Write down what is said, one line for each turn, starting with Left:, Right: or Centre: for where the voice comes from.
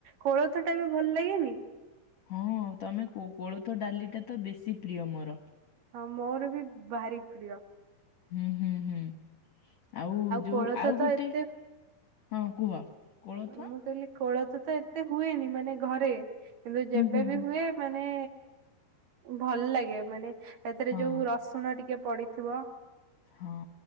Right: ଖୋଳଥ ଟା ବି ଭଲ ଲାଗେନି?
Left: ହଁ, ତମେ କୋଳଥ ଡାଲି ଟା ତ ବେଶୀ ପ୍ରିୟ ମୋର।
Right: ହଁ, ମୋର ବି ଭାରି ପ୍ରିୟ।
Left: ହୁଁ ହୁଁ ହୁଁ, ଆଉ ଯୋଉ,
Right: କୋଳଥ
Left: ଆଉ
Right: ତ
Left: ଗୋଟେ
Right: ଏତେ
Left: ହଁ, କୁହ କୋଳଥ
Right: ମୁଁ କହିଲି କୋଳଥ ତ ଏତେ ହୁଏନି ମାନେ ଘରେ, ହେଲେ ଯେବେବି
Left: ହୁଁ ହୁଁ ହୁଁ।
Right: ହୁଏ ମାନେ ଭଲ ଲାଗେ, ମାନେ ହେଥେରେ
Left: ହଁ
Right: ଯୋଉ ରସ୍ ଶୁଣ ଟିକେ ପଡିଥିବ
Left: ହଁ